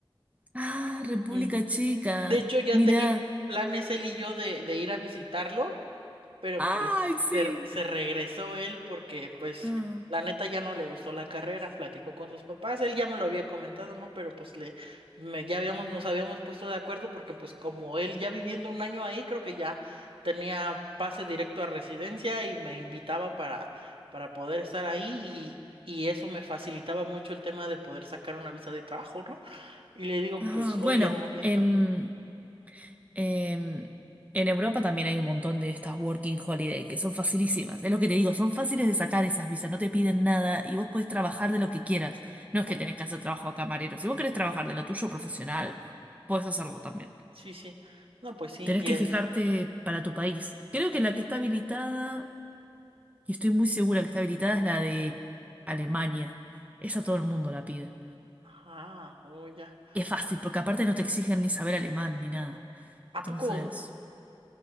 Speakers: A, on the right (about 15°); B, on the right (about 70°).
A: Ah, República
B: Mm,
A: Checa.
B: De hecho, ya
A: Mirá.
B: teníamos planes él y yo de, de ir a visitarlo, pero
A: ¡Ay,
B: pues
A: sí!
B: se, se regresó él porque pues
A: Ah,
B: la neta ya no le gustó la carrera, platicó con sus papás, él ya me lo había comentado, ¿no? Pero pues le, me, ya habíamos, nos habíamos puesto de acuerdo porque pues como él ya viviendo un año ahí, creo que ya tenía pase directo a residencia y me invitaba para, para poder estar ahí y, y eso me facilitaba mucho el tema de poder sacar una visa de trabajo, ¿no? Y le digo,
A: ah,
B: pues, oye,
A: bueno,
B: hermanito,
A: en, en, en Europa también hay un montón de estas working holiday que son facilísimas. Es lo que te digo, son fáciles de sacar esas visas, no te piden nada y vos podés trabajar de lo que quieras. No es
B: oh,
A: que tenés que hacer trabajo de camarero. Si vos querés trabajar de lo tuyo profesional, podés hacerlo también.
B: sí, sí, no, pues sí,
A: Tenés
B: y
A: que
B: es,
A: fijarte para tu país. Creo que la que está habilitada, y estoy muy segura que está habilitada, es la de Alemania. Esa todo el mundo la pide.
B: ah, oh, ya.
A: Es fácil, porque aparte no te exigen ni saber alemán ni nada.
B: ¿A
A: Entonces,
B: poco?